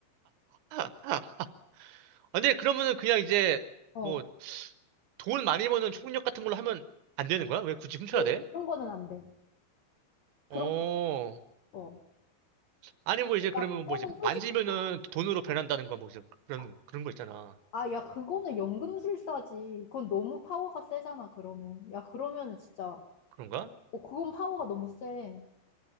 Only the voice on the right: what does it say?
<laughs> 아, 근데 그러면은 그냥 이제
뭐 돈 많이 버는 총력 같은 걸로 하면 안 되는 거야? 왜 굳이 훔쳐야
돼?
어.
아니 뭐 이제 그러면
뭐 이제
만지면은
돈으로 변한다는 건 뭐 이제 그런
그런 거 있잖아.
그런가?